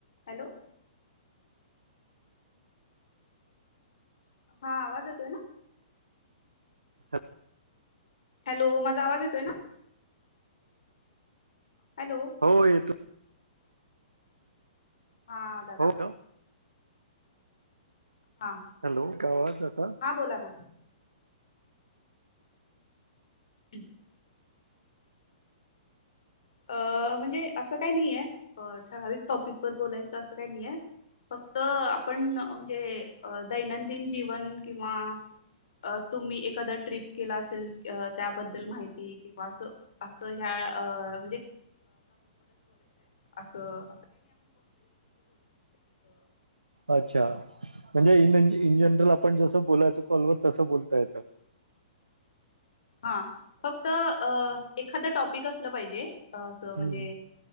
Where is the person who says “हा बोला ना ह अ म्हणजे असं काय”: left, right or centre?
Left